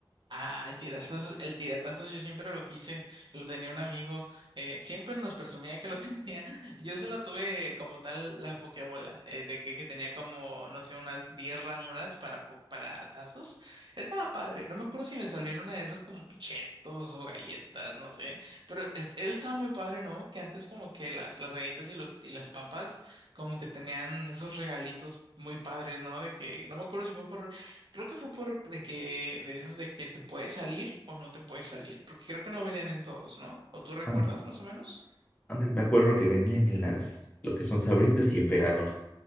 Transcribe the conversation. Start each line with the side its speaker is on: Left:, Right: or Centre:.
Right: Ah, el tiratazos, el tiratazos yo siempre lo quise, lo tenía un amigo, eh, siempre nos presumía que lo <laughs> tenía. Yo solo tuve como tal la pokebola, eh, de que, que tenía como, no sé, unas 10 ranuras para, po- para tazos. Estaba padre, no me acuerdo si me salieron una de esas como chetos o galletas, no sé, pero es- eso estaba muy padre, ¿no? Que antes como que las, las galletas y, los, y las papas como que tenían esos regalitos muy padres, ¿no? De que, no me acuerdo si fue por Creo que fue por de que, de esos de que te puedes salir o no te puedes salir, porque creo que no venían en todos, ¿no? ¿O tú recuerdas
Left: An-
Right: más o menos?
Left: Ándale, me acuerdo que venían en las... Lo que son sabritas y emperador.